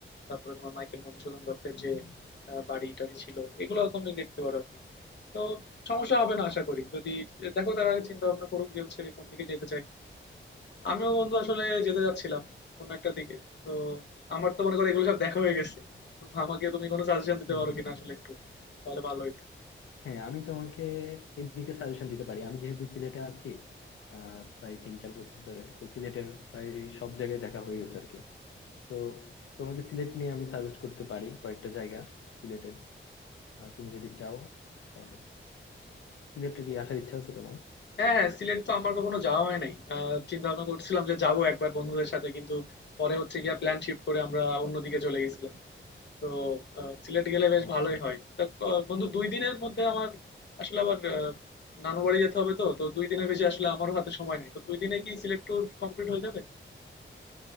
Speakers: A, on the left; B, on the left.
A: তারপরে তোমার মাইকেল মধুসূদন দত্তের
B: হুম
A: যে
B: হুম
A: আহ, বাড়ি টাড়ি ছিল এগুলো তুমি দেখতে পারো আর কি তো সমস্যা হবে না আশা করি যদি দেখো তারা চিন্তা ভাবনা করুক যে হচ্ছে কোন দিকে যেতে চাই আমিও বন্ধু আসলে যেতে যাচ্ছিলাম কোন একটা দিকে তো আমার তো মনে করো এগুলো সব দেখা হয়ে গেছে
B: আচ্ছা
A: তো আমাকে তুমি কোনো সাজেশন দিতে
B: হম
A: পারো
B: হম।
A: কিনা আসলে একটু তাহলে ভালো হতো
B: হ্যাঁ আমি তোমাকে এদিকে সাজেশন দিতে পারি আমি যেহেতু সিলেটে আছি আহ প্রায় তিন চার বছর ধরে তো সিলেটের প্রায় সব জায়গায় দেখা হয়ে গেছে আর কি তো তোমাকে সিলেট নিয়ে আমি সাজেস্ট করতে পারি কয়েকটা জায়গা সিলেটের আহ, তুমি যদি চাও তাহলে সিলেটে কি আসার ইচ্ছা আছে তোমার
A: হ্যাঁ, হ্যাঁ, সিলেট তো আমার কখনো যাওয়া হয় নাই। আহ, চিন্তা ভাবনা করছিলাম যে যাবো একবার বন্ধুদের সাথে কিন্তু পরে হচ্ছে গিয়া প্ল্যান শিফট করে আমরা অন্যদিকে চলে গেছিলাম। তো আহ, সিলেট গেলে বেশ
B: আচ্ছা
A: ভালোই হয়। তা ক- বন্ধু দুই দিনের মধ্যে আমার আসলে আবার আহ, নানু বাড়ি যেতে হবে তো তো দুই দিনের বেশি আসলে আমারও হাতে সময় নাই। তো দুই দিনে কি সিলেট ট্যুর কমপ্লিট হয়ে
B: আচ্ছা
A: যাবে?